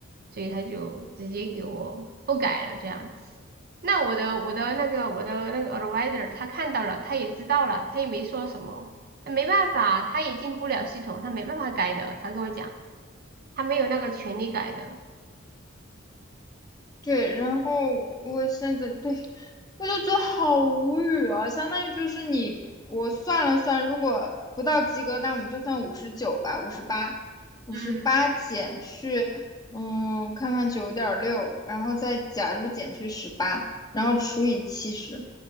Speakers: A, on the right; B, on the left.
A: 所以他就直接给我不改了这样子。那我的我的那个我的那个 advisor 他看到了，他也知道了，他也没说什么，没办法，他也进不了系统，他没办法改的。他跟我讲，他没有那个权利改的，
B: 对，然后我现在对我就觉得好无语啊，相当于就是你我算了算，如果不到及格，那我们就算五十九吧，五十八，五十八减去嗯，
A: 嗯，
B: 看看九点六，然后再假如减去十八，然后除以七十，